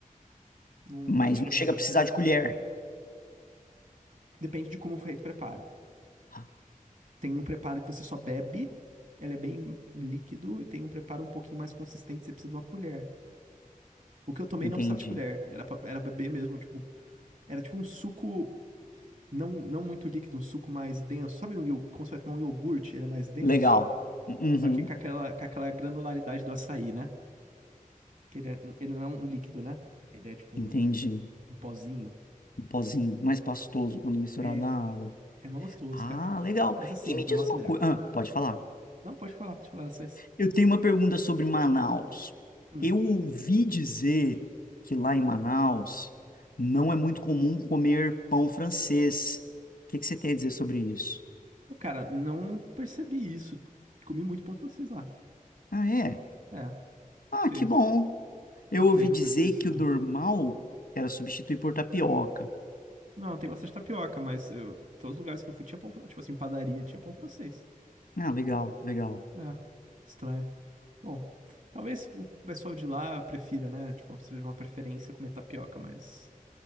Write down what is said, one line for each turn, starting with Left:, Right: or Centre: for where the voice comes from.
Right: Não,
Left: Mas
Right: não vi diferença,
Left: não chega a
Right: não.
Left: precisar de colher.
Right: Depende de como foi feito o preparo.
Left: Ah,
Right: Tem um preparo que você só bebe, ele é bem líquido, e tem um preparo um pouquinho mais consistente, você precisa de uma colher. O que eu tomei
Left: Entendi.
Right: não precisava de colher, era, pra- era beber mesmo, tipo, era tipo um suco não, não muito líquido, um suco mais denso. Sabe um, iog- como você vai tomar um iogurte, ele é mais denso?
Left: Legal. Uhum.
Right: Só que com aquela, com aquela granularidade do açaí, né? Que ele, é- ele não é um líquido, né? Ele é tipo um,
Left: Entendi.
Right: um pozinho.
Left: Um pozinho mais pastoso quando misturado
Right: É,
Left: na água.
Right: é mó gostoso,
Left: Ah,
Right: cara.
Left: legal.
Right: Mas assim,
Left: E me diz
Right: o nosso
Left: uma
Right: é
Left: coisa.
Right: melhor.
Left: Ah, pode falar.
Right: Não, pode falar, pode falar dessas.
Left: Eu tenho uma pergunta sobre Manaus.
Right: Hum.
Left: Eu ouvi dizer que lá em Manaus não é muito comum comer pão francês. O que que você tem a dizer sobre isso?
Right: Pô, cara, não percebi isso. Comi muito pão francês lá.
Left: Ah, é?
Right: É, não
Left: Ah,
Right: sei,
Left: que bom. Eu
Right: não
Left: ouvi
Right: sei, não
Left: dizer
Right: percebi isso.
Left: que o normal era substituir por tapioca.
Right: Não, tem bastante tapioca, mas eu- todos os lugares que eu fui tinha pão, fran- tipo assim, padaria, tinha pão francês.
Left: Ah, legal, legal.
Right: É, estranho. Bom, talvez o pessoal de lá prefira, né? Tipo, seja uma preferência comer tapioca, mas